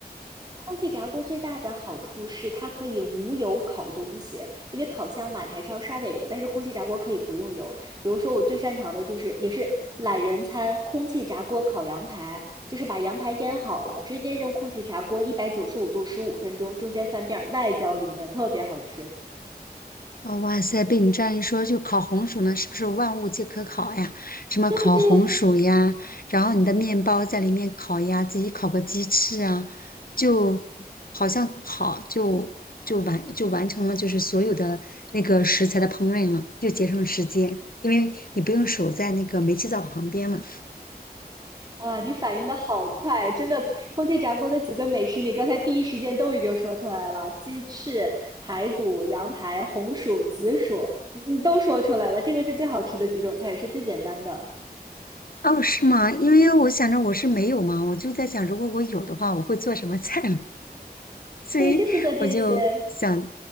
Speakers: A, on the right (about 25°); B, on the left (about 60°).
A: 空气炸锅最大的好处是它可以无油烤东西，因为烤箱嘛，你还是要刷点油，但是空气炸锅可以不用油。比如说我最擅长的就是，也是懒人餐，空气炸锅烤羊排，就是把羊排腌好了，直接扔空气炸锅，一百九十五度十五分钟，中间翻遍儿，外焦里嫩，特别好吃。
B: 哦，哇塞！被你这样一说，就烤红薯呢，是不是万物皆可烤呀？什么烤红薯呀，
A: 对对，
B: 然后你的面包在里面烤呀，自己烤个鸡翅啊，就好像烤就就完就完成了，就是所有的那个食材的烹饪了，又节省了时间，因为你不用守在那个煤气灶旁边嘛。
A: 哇，你反应的好快，真的！空气炸锅的几个美食，你刚才第一时间都已经说出来了，鸡翅、排骨、羊排、红薯、紫薯，你你都说出来了。这个是最好吃的几种菜，也是最简单的。
B: 哦，是吗？因为我想着我是没有嘛，我就在想，如果我有的话，我会做什么菜嘛？所以我就想，
A: 对，就是做这些。